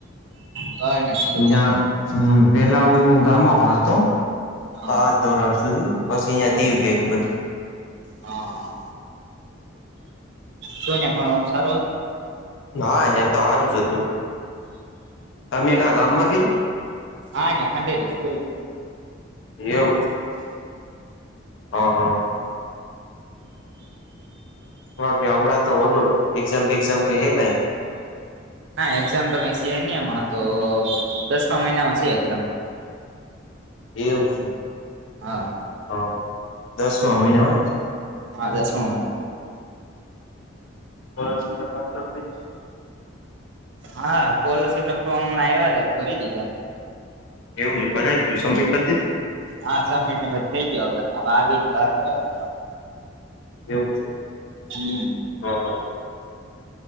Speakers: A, on the right; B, on the left.
A: ગવર્મેન્ટ સ્કૂલમાં
B: અયાં હમ્મ પેલા હું ગામમાં ભણતો
A: હા
B: પાંચ ધોરણ સુધી પછી અહંયા દીવ કયરૂ બધું
A: હા શું નયા ભણવાનું સારું હતુ,
B: હા, યાં તો હારું જ હતું તમે કા ગામમાં કરયુ
A: હા યા ખંઢેરી સ્કૂલ એ
B: એવું છે હ હ <unintelligible> કે હમણાં તો ઓલો એક્ઝામ બેગઝામ કે હે નઈ
A: ના એક્ઝામ તો કઈ સે નહી હમણા તો દસમા મહિનામાં શે એક્ઝામ
B: એવું શે
A: હા
B: હ હ દસમાં મહિનામાં જ
A: હા, દસમાં મહિના
B: પણ <unintelligible>
A: હા, સ્કોલરશીપ ના ફોર્મ હમણાં આવ્યાતા તો ભરી દીધા,
B: એવું છે, ભરાઈ ગયું સબમિટ કરી દીધું
A: હા, સબમિટટ થઈ ગયો હવે હવે આવીની વાટ સે હવે,
B: એવું છે.
A: હમ્મ.
B: હા હા.